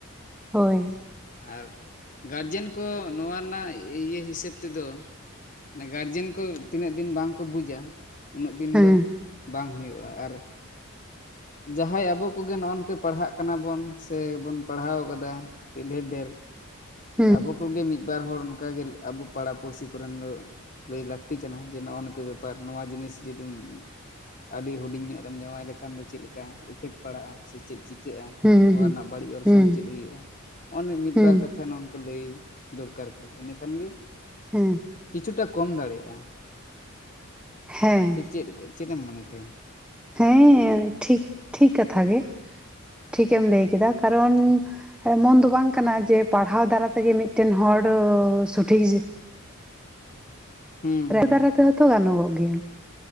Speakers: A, in the centre; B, on the left.
A: ᱦᱳᱭ᱾
B: ᱟᱨ ᱜᱟᱨᱡᱮᱱ ᱠᱚ ᱱᱚᱣᱟ ᱨᱮᱱᱟᱜ ᱤᱭᱟᱹ ᱦᱤᱥᱟᱹᱵ ᱛᱮᱫᱚ ᱚᱱᱟ ᱜᱟᱨᱡᱮᱱ ᱠᱚ ᱛᱤᱱᱟᱹᱜ ᱫᱤᱱ ᱵᱟᱝ ᱠᱚ ᱵᱩᱡᱟ ᱩᱱᱟᱹᱜ ᱫᱤᱱ
A: ᱦᱮᱸ
B: ᱫᱚ ᱵᱟᱝ ᱦᱩᱭᱩᱜᱼᱟ, ᱟᱨ ᱡᱟᱦᱟᱸᱭ ᱟᱵᱚ ᱠᱚᱜᱮ ᱱᱚᱜ ᱱᱤᱝᱠᱟ ᱯᱟᱲᱦᱟᱜ ᱠᱟᱱᱟᱵᱚᱱ ᱥᱮᱵᱩᱱ ᱯᱟᱲᱦᱟᱣ ᱠᱟᱫᱟ, ᱠᱟᱹᱴᱤᱡ ᱰᱷᱮᱨ ᱰᱷᱮᱨ
A: ᱦᱮᱸ
B: ᱟᱵᱚ ᱠᱚᱜᱮ ᱢᱤᱫ ᱵᱟᱨ ᱦᱚᱲ ᱚᱱᱠᱟᱜᱮ ᱟᱵᱩ ᱯᱟᱲᱟ ᱯᱩᱲᱥᱤ ᱠᱚᱨᱮᱱ ᱫᱚ ᱞᱟᱹᱭ ᱞᱟᱹᱠᱛᱤ ᱠᱟᱱᱟ, ᱡᱮ ᱱᱚᱜᱼᱚ ᱱᱤᱝ ᱵᱮᱯᱟᱨ ᱱᱚᱣᱟ ᱡᱤᱱᱤᱥ ᱡᱩᱫᱤᱢ ᱟᱹᱰᱤ ᱦᱩᱰᱤᱧ ᱧᱚᱜ ᱮᱢ ᱡᱟᱶᱟᱭ ᱞᱮᱠᱷᱟᱱ ᱫᱚ ᱪᱮᱫ ᱞᱮᱠᱟ ᱤᱯᱷᱮᱠᱴ ᱯᱟᱲᱟᱜᱼᱟ ᱥᱮ ᱪᱮᱫ ᱪᱤ ᱪᱟᱹᱜᱼᱟ
A: ᱦᱮᱸ
B: ᱱᱚᱣᱟ
A: ᱦᱮᱸ
B: ᱨᱮᱱᱟᱜ ᱵᱟᱹᱲᱤᱡ ᱚᱨᱥᱚᱝ
A: ᱦᱮᱸ
B: ᱪᱮᱫ ᱦᱩᱭᱩᱜᱼᱟ, ᱱᱚᱜ ᱢᱤᱫᱵᱟᱨ
A: ᱦᱮᱸ
B: ᱠᱟᱛᱷᱟ ᱱᱚ ᱱᱚᱝᱠᱟ ᱞᱟᱹᱭ ᱫᱚᱨᱠᱟᱨ ᱠᱟᱱᱟ ᱤᱱᱟᱹ ᱠᱷᱟᱱ ᱜᱮ
A: ᱦᱮᱸ᱾
B: ᱠᱤᱪᱷᱩᱴᱟ ᱠᱚᱢ ᱫᱟᱲᱮᱭᱟᱜᱼᱟ
A: ᱦᱮᱸ
B: ᱥᱮ ᱪᱮᱫ ᱪᱮᱫ ᱮᱢ ᱢᱚᱱᱮᱭ ᱛᱟᱦᱮᱸᱱ?
A: ᱦᱮᱸ ᱴᱷᱤᱠ ᱴᱷᱤᱠ ᱠᱟᱛᱷᱟᱜ ᱜᱮ ᱴᱷᱤᱠᱮᱢ ᱞᱟᱹᱭ ᱠᱮᱫᱟ, ᱠᱟᱨᱚᱱ ᱮᱢᱚᱱ ᱫᱚ ᱵᱟᱝ ᱠᱟᱱᱟ ᱡᱮ ᱯᱟᱲᱦᱟᱣ ᱫᱟᱨᱟᱭ ᱛᱮᱜᱮ ᱢᱤᱫᱴᱮᱱ ᱦᱚᱲ ᱥᱚᱴᱷᱤᱠ
B: ᱦᱩᱸ
A: <unintelligible>
B: ᱦᱩᱸ
A: ᱫᱟᱨᱟ ᱛᱮᱦᱚᱸᱛᱚ ᱜᱟᱱᱚᱜᱚᱜ ᱜᱮᱭᱟ?